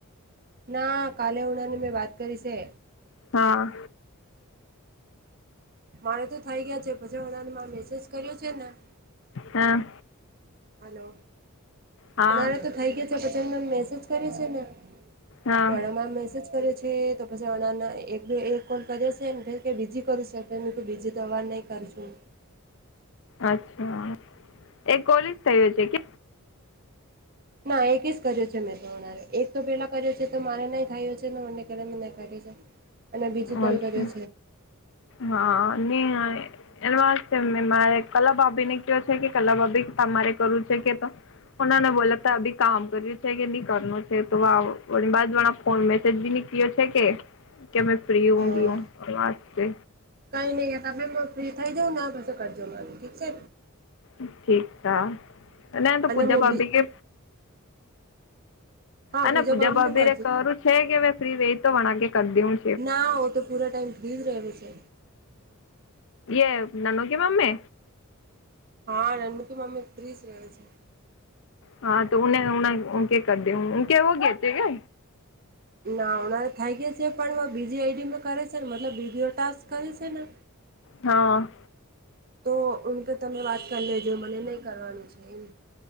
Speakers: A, on the right (about 45°); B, on the left (about 60°).
A: ના કાલે ઉડાની મેં વાત કરી છે.
B: હા.
A: મારે તો થઈ ગયા છે પછી વળને મા મેસેજ કર્યો છે ના
B: હા.
A: હલો
B: હા
A: પણ અરે તો થઇ ગયા છે પછી એમને મેસેજ કર્યો છે ને
B: હા
A: મારા માં મેસેજ કર્યો છે તો પછી હણાને એક બે એક કોલ કર્યો છે નેે બીજી કરું છે પે હું તો બીજી તો અવાર નહીં કરું છું.
B: અચ્છા એ કોલેજ થયો છે કે
A: ના એક જ કર્યો છે મેં તોરે એક તો પેલા કર્યો છે તો મારે નહી થાયું છે ને મનેલા મેં નહીં કર્યું છે. છે. અને બીજું કોલ
B: અચ્છા
A: કર્યો
B: હા ને આ એ એ વાલ છે મેં મારે કલા ભાભી ને કયો છે કે કલા ભાભી તમારે કરવું છે કે તો પોનાને બોલાતા અભી કામ કર્યું છે કે નહી કરનું છે તો ઓલું બાજુ વાળા ફોન મેસેજ બી નીકળ્યો છે કે કે મેં ફ્રી હો
A: હા
B: ગીયુ વાત છે.
A: કઈ નઈ તમે મ ફ્રી થઇ જઉં ને આ પછી કરજો મને ઠીક છે?
B: ઠીક હા અને ના તો પૂજા
A: હું
B: ભાભી
A: બી
B: કે
A: હા
B: અને પૂજા ભાભી
A: નું કરજો
B: રે કરું છે કે મે ફ્રી રે તો વણાકે કર દેવું
A: ના ઓ તો પૂરા ટાઈમ ફ્રીજ રહવે છે.
B: એ નનુ કે મમ્મે?
A: હા નનનું કી મમ્મી ફ્રી જ રહવે છે.
B: હા તો ઉને ઉને ઉ કે કર દે ઉ કે હો ગયે થે ગે.
A: ના ઉનારે થાય ગઈ છે પણ બીજી આઈડી માં કરે છે ને મતલબ વિડિઓ ટાસ્ક કરે છે ને.
B: હા.
A: તો ઉન કે તમે વાત કરી લેજો મને નહી કરવાનું છે એમ.